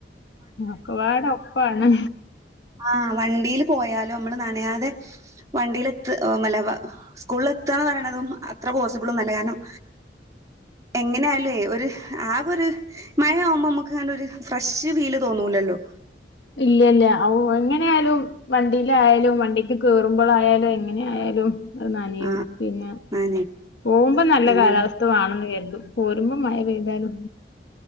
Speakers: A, on the left; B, on the right.
A: ഒക്കെപ്പാടെ ഒപ്പാണ്.
B: ആഹ് വണ്ടീല് പോയാലും നമ്മള് നനയാതെ വണ്ടിൽ എത്ത് മലവ സ്കൂളിൽ എത്താന്ന് പറയണതും അത്ര പോസിബിൾഒന്നല്ല കാരണം എങ്ങനെയാലും ഒരു ആ ഒരു മഴ ആവുമ്പോ നമുക്ക് ഒരു ഫ്രഷ് ഫീൽ തോന്നൂലല്ലോ
A: ഇല്ലല്ല ഔ എങ്ങനെയാലും വണ്ടിയിലായാലും വണ്ടിക്ക് കേയറുമ്പോളായാലും എങ്ങനെ ആയാലും അത് നനയും
B: ആഹ്
A: പിന്നെ
B: നനെ
A: പോകുമ്പോ നല്ല
B: അങ്ങനെ
A: കാലാവസ്ഥ വാ ണെന്ന് കരുതും പോരുമ്പോ മഴ പെയ്താലും